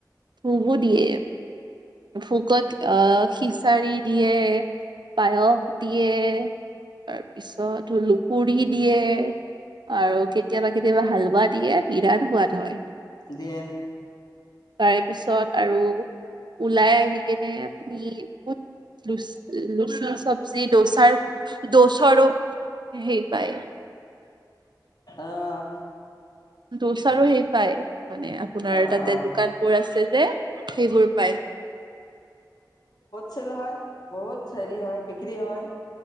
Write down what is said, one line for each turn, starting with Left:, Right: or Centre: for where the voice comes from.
Right: ভুগু দিয়ে ভোগত আহ খিচাৰি দিয়ে, পায়স দিয়ে, তাৰপিছত পুৰি দিয়ে আৰু কেতিয়াবা কেতিয়াবা হালোৱা দিয়ে বিৰাত সোৱাদ হয়।
Left: দিয়ে
Right: তাৰে পিছত আৰু ওলাই আহি কিনে। লুচি চব্জি দোচাৰ দোচৰো সেই পাই
Left: অহ
Right: দোচাৰো সেই পায় মানে আপোনাৰ
Left: অঁ
Right: তাতে
Left: অঁ
Right: দোকানবোৰ আছে যে সেইবোৰ পায়।
Left: চেলু হয় বহুত হেৰি হয় বিক্ৰী হয়।